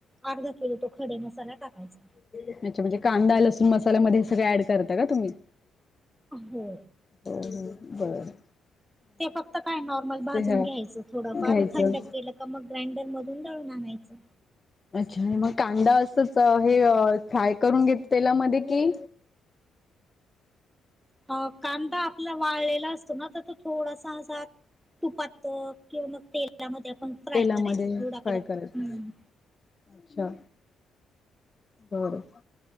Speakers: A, in the centre; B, on the left (about 30°).
A: अर्धा किलो तो खडे मसाला टाकायचा'.
B: अच्छा म्हणजे कांदा लसूण मसाल्यामध्ये सगळं ऍड करता का तुम्ही
A: हो
B: हो हो बर-
A: ते फक्त काय नॉर्मल भाजून
B: ह
A: घ्यायचं. थोडंफार
B: घ्यायचं
A: थंड केलं मग ग्राइंडर मधून दळून आणायचं.
B: अच्छा आणि मग कांदा असंच. हे फ्राय करून घेत तेलामध्ये कि
A: अ कांदा आपला वाळलेला असतो. ना तर मग तो थोडासा असा तुपात किंवा मग तेलामध्ये आपण फ्राय
B: तेलामध्ये
A: करायचं थोडा
B: फ्राय
A: कडक,
B: करायचं
A: हम
B: अच्छा बर.